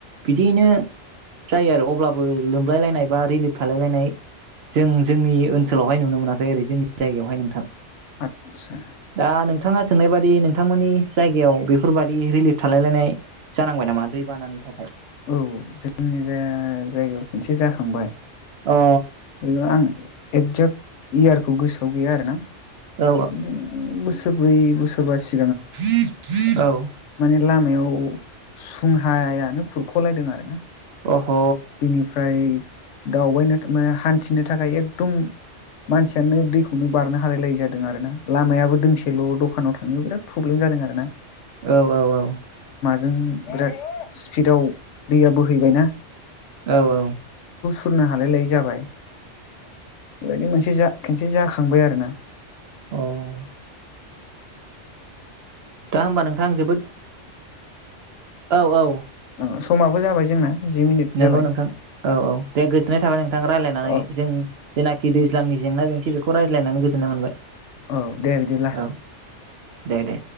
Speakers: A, on the right (about 65°); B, on the left (about 80°).
A: बिदियैनो जायो आरो अब्लाबो लोमलाय लायनाय बा रिलिफ थालाय लायनाय जों जोंनि ओनसोलावहाय नुनो मोनाखै ओरै जोंनि जायगायावहाय नोंथां
B: आतसा
A: दा नोंथाङा सोंनाय बादि नोंथांमोननि जायगायाव बेफोरबादि रिलिफ थालायलायनाय जानांबाय नामा दै बानानि थाखाय
B: औ जोंनि जा जायगायाव खनसे जाखांबाय
A: अ
B: <unintelligible> एगजेक्ट इयारखौ गोसोआव गैया आरो ना
A: औ
B: बिदिनो बोसोरब्रै बोसोरबासे
A: <unintelligible> औ
B: लामायाव सुंहायानो खुर ख' लायदों आरो ना
A: अह' औ
B: बेनिफ्राय दावबायनो हान्थिनो थाखाय एकदम मानसियानो दैखौनो बारनो हालायलाय जादों आरोना लामायाबो दोंसेल' दख दखानाव थांनायाव बिराद प्रब्लेम जादों आरोना
A: औ औ
B: जों बिराद स्पिडाव दैया बोहैबायना?
A: औ औ।
B: खुरनो हालाय लायै जाबाय। बेबायदि मोनसे जा खनसे जाखांबाय आरो ना? <inaudible>
A: औ अ दा होमबा नोंथां आं जोबोद औ औ।
B: ओ समाबो जाबाय जोंना। जि मिनिट
A: नंगौ
B: जाबाय
A: नोंथां औ औ दे गोजोननाय थाबाय नोंथां रायज्लायनानै
B: औ
A: जों जेनाखि दैज्लांनि जेंना जेंसि बेखौ रायज्लायनानै गोजोननाय मोनबाय।
B: औ दे बिदिब्ला।
A: औ दे दे